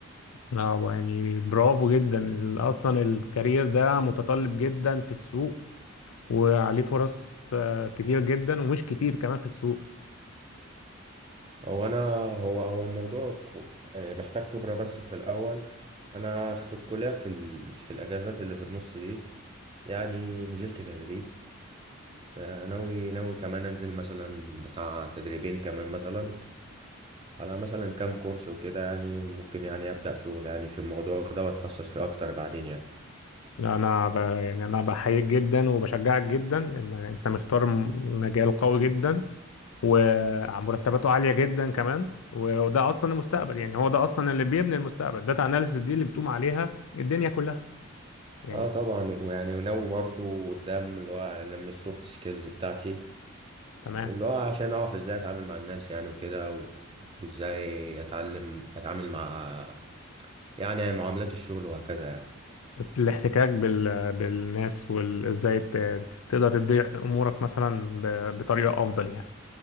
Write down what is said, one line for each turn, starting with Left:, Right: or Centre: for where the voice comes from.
Left: اه بقى يعني برافو جدا ال- اصلا الكارير ده متطلب جدا في السوق وعليه فرص آه، كتير جدا ومش كتير كمان في السوق
Right: هو انا هو هو الموضوع ك- آه، محتاج خبرة بس في الاول انا في الكلية في ال... في الاجازات اللي في النص دي يعني نزلت تدريب آه، ناوي ناوي كمان انزل مثلا بتاع تدريبين كمان مثلا على مثلا كام كورس وكده يعني ممكن يعني ابدا شغل يعني في الموضوع ده واتخصص فيه اكتر بعدين يعني
Left: انا ب... يعني انا بحييك جدا وبشجعك جدا ان انت مختار م- مجال قوي جدا ومرتباته عالية جدا كمان و- وده أصلا المستقبل يعني هو ده أصلا اللي بيبني المستقبل داتا أناليسيس دي اللي بتقوم عليها الدنيا كلها يعني
Right: اه طبعا ويعني وناوي برضو قدام اللي هو انمي السوفت سكيلز بتاعتي
Left: تمام
Right: واللي هو عشان اعرف ازاي اتعامل مع الناس يعني وكده و- وازاي اتعلم اتعامل مع يعني معاملات الشغل وهكذا يعني
Left: الاحتكاك بال... بالناس وإزاي ت... تقدر تدي أمورك مثلا ب... بطريقة أفضل يعني